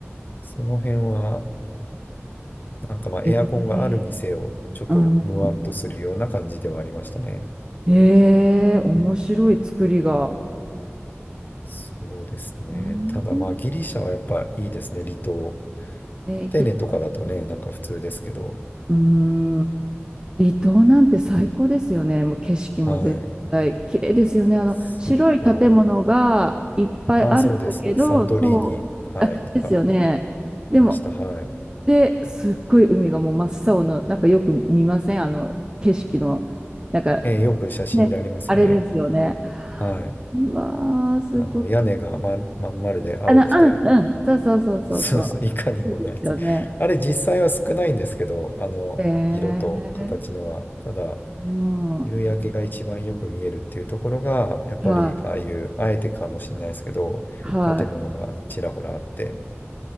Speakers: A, on the left; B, on the right.
A: その辺は、なんかまあ、
B: い。
A: エアコンがあるにせよ、
B: ええ
A: ちょっとムワっとするような感じではありましたね。
B: うん。ええ面白い作りが。
A: そうですね。
B: うん
A: ただまあ、ギリシャはやっぱいいですね、離島。
B: ええ行きたいです。
A: アテネとかだとね、なんか普通ですけど、
B: うん。離島なんて最高ですよね。もう景色も絶対綺麗ですよね。
A: はい。
B: あの白い建物がいっぱいあるんだけど、
A: 最高。あ、そうです、そうです。サントリーニ、
B: そう、
A: はい、
B: あ、
A: とか、
B: ですよね。でも、
A: いました。はい。
B: で、すっごい海がもう真っ青の、なんかよく見ませんあの景色の、なんか
A: えーよく写真でありますよね。
B: ね、あれですよね。
A: はい。
B: うわー、すごい。
A: あの、屋根がま、まん丸で青くて、
B: あの、うんうん、そうそうそうそうそう。
A: そうそう、いかにもないです。
B: そうですよね。
A: あれ、実際は少ないんですけど、あの、
B: ええ
A: 色と形のは。ただ、
B: うん、は
A: 夕焼けが一番よく見えるっていうところが、やっぱり、
B: い、
A: ああいう、あえてかもしれないですけど、
B: はい。
A: 建物がちらほらあって、